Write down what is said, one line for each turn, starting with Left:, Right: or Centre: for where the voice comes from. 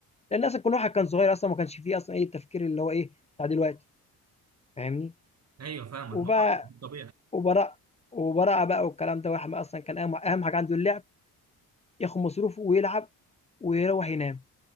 Left: لأن أصلًا كل واحد كان صغير أصلًا ما كانش في أصلًا إيه التفكير اللي هو إيه، بتاع دلوقتي فاهمني،
Right: ايوه فاهمك
Left: وبقى
Right: ما هو طبيعي
Left: وبرا وبراءة بقى والكلام ده، واحد أصلًا كان أهم أهم حاجة عنده اللعب، ياخد مصروفه ويلعب ويروّح ينام.